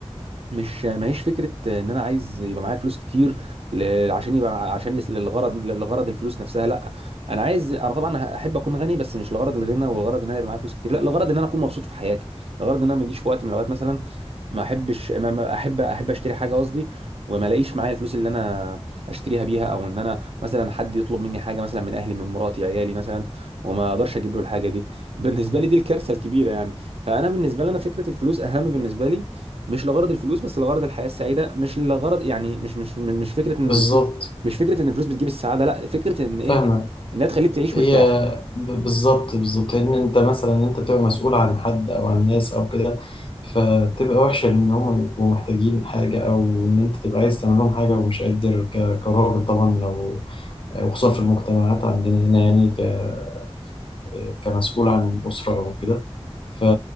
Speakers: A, on the right; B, on the left.
A: مش ماهيش فكره ان انا عايز يبقى معايا فلوس كتير ل... عشان يبقى عشان لس- للغرض للغرض الفلوس نفسها لا انا عايز انا طبعا احب اكون غني بس مش لغرض الغنى والغرض ان انا يبقى معايا فلوس كتير لا لغرض ان انا اكون مبسوط في حياتي لغرض ان انا ما اجيش في وقت من الاوقات مثلا ما احبش ما ما احب احب اشتري حاجه قصدي وما الاقيش معايا الفلوس اللي انا اشتريها بيها او ان انا مثلا حد يطلب مني حاجه مثلا من اهلي من مراتي عيالي مثلا وما اقدرش اجيب له الحاجه دي بالنسبه لي دي الكارثه الكبيره يعني فانا بالنسبه لي انا فكره الفلوس اهم بالنسبه لي مش لغرض الفلوس بس لغرض الحياه السعيده مش لغرض يعني مش مش مش فكره
B: بالظبط
A: ان الفلوس مش فكره ان الفلوس بتجيب السعاده لا فكره ان ايه
B: فاهمك
A: انها تخليك تعيش
B: هي
A: مرتاح
B: ب- بالظبط بالظبط لأن أنت مثلا أنت بتبقى مسؤول عن حد أو عن ناس أو كده فتبقى وحشة إن هم يبقوا محتاجين حاجة أو إن أنت تبقى عايز تعمل لهم حاجة ومش قادر ك- كراجل طبعا أو وخصوصا في المجتمعات عندنا هنا يعني ك- كمسؤول عن أسرة أو كده ف...